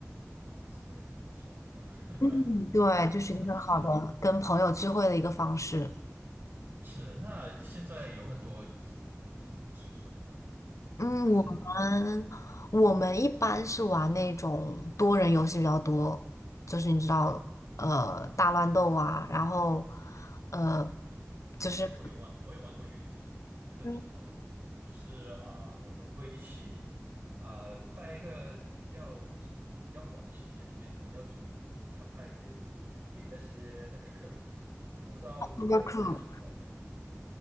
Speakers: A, on the right; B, on the left.
A: 哇塞，那么爽的吗？
B: 嗯，
A: <laughs>
B: 对，就是一个很好的跟朋友聚会的一个方式。
A: 是是是，那现在有很多游戏吗？如果你玩 Switch 的话，
B: 嗯，
A: 还是你？
B: 我们我们一般是玩那种多人游戏比较多，就是你知道，呃，大乱斗啊，然后呃，就是
A: OK，我有玩，我有玩过一个游戏，我觉得挺好玩的，
B: 嗯
A: 就是啊、我们会一起啊、在一个比较比较短的时间里面，我们要煮菜给给那些那些客人吃。我不知道这个在
B: Overcook
A: Switch 那也